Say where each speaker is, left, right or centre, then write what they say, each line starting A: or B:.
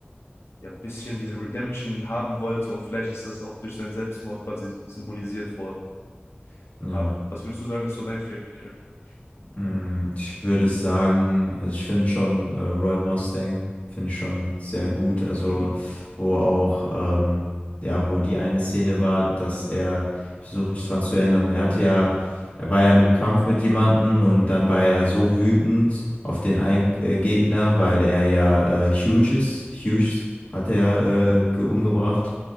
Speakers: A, on the left; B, on the left.
A: ja, ein bisschen diese Redemption haben wollte und vielleicht ist das auch durch seinen Selbstmord quasi symbolisiert worden.
B: Ja.
A: Aber was würdest du sagen, ist so dein Favorite Character?
B: Mm, Ich würde sagen, also ich finde schon äh, Roy Mustang, finde ich schon sehr
A: Hm?
B: gut. Also,
A: <laughs>
B: wo auch, ähm, ja, wo die eine Szene war, dass er, ich versuche mich dran zu erinnern, er hatte ja, er war ja in einem Kampf mit jemandem und dann war er so wütend auf den ein äh, Gegner, weil er ja äh, Hughes, Hughes hat er ja,
A: Ja,
B: äh, ge- umgebracht.